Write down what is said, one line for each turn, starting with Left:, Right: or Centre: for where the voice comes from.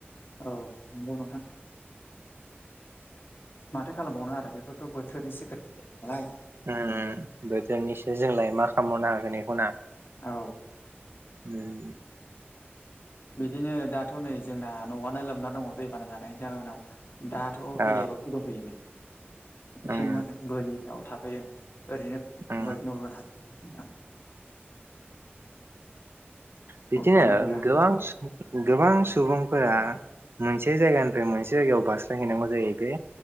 Left: औ नंगौ नोंथां माथो खालामबावनो आरो बेफोरथ' बोथोरनिसो खोथा नालाय
Right: ओम बोथोरनिसो जोंलाय मा खालामनो हागोन एखौ ना
Left: औ
Right: ओम
Left: बिदिनो दाथ' नै जोंना न'आनो लोमना दङ दैबाना जानायनि जाहनाव दाथ'
Right: औ
Left: बेलेगाव दंफैयो नै एसे
Right: उम
Left: मो बोरि आव थाफैदों ओरैनो
Right: उम
Left: न लुना थाफैदों नोंथां
Right: बिदिनो
Left: उफाय गैया
Right: गोबां गोबां सुबुंफोरा मोनसे जायगानिफ्राय मोनसे जायगायाव बारस्लायहैनांगौ जायो बे